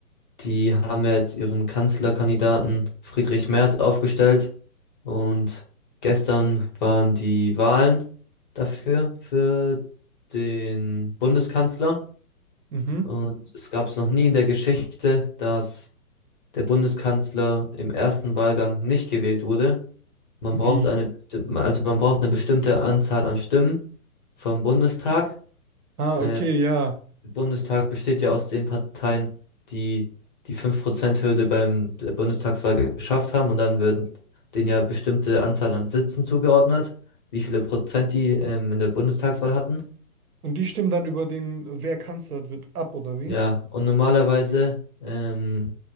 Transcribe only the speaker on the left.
Die haben ja jetzt ihren Kanzlerkandidaten Friedrich Merz aufgestellt und gestern waren die Wahlen dafür, für den Bundeskanzler.
Und es gab es noch nie in der Geschichte, dass der Bundeskanzler im ersten Wahlgang nicht gewählt wurde. Man
braucht eine, besti- also man braucht eine bestimmte Anzahl an Stimmen vom Bundestag.
äh,
Bundestag besteht ja aus den Parteien, die die fünf Prozent hürde beim der Bundestagswahl ge- geschafft haben und dann werden denen ja bestimmte Anzahl an Sitzen zugeordnet, wie viele Prozent die ähm, in der Bundestagswahl hatten.
Ja, und normalerweise ähm,